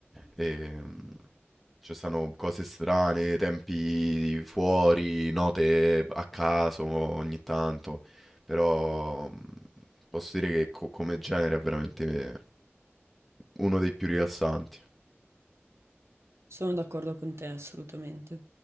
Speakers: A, in the centre; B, on the right.
A: E, mm, ci stanno cose strane, tempi fuori, note a caso ogni tanto, però mm, posso dire che co- come genere è veramente uno dei più rilassanti.
B: Sono d'accordo con te, assolutamente.